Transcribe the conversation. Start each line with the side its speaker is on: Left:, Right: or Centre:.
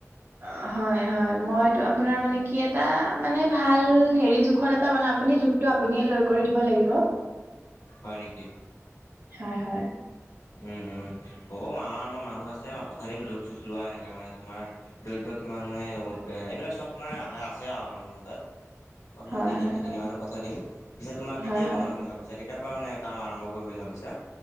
Right: অ' হয় হয় মইতো আপোনাৰ মানে কি এটা মানে ভাল হেৰি জোখত তাৰ মানে আপুনি জোখটো আপুনিয়ে লৈ কৰি দিব লাগিব।
Left: হয় নেকি।
Right: হয় হয়।
Left: হুম, হুম, হ'ব মই আমাৰ মই মানুহ আছে মই পঠাই দিম জোখ চোখ লোৱা এনেকৈ মানে তোমাৰ দৈৰ্ঘ্য কিমান নাই এইবিলাক চব মানে আহে আছে আৰু মানুহৰ তাত তোমাক
Right: হয়
Left: মই দি দিম
Right: হয়
Left: সেইখিনি
Right: হয়
Left: মানে পঠাই দিম পিছে তোমাৰ কেতিয়া
Right: হয় হয়
Left: বনাম বুলি ভাবিছে কেতিয়াৰ পৰা মানে কাম আৰম্ভ কৰিম বুলি ভাবিছা?